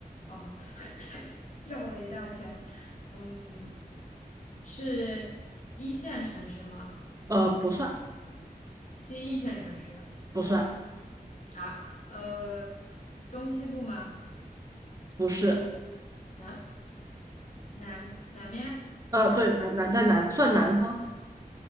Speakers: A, on the left; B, on the right.
A: 哦，<laughs> 绕了一大圈。嗯，是一线城市吗？
B: 呃，不算，
A: 新一线城市
B: 不算，
A: 啊？呃，中西部吗？
B: 不是。
A: 南南南面南部？
B: 呃，对，南南在南算南方，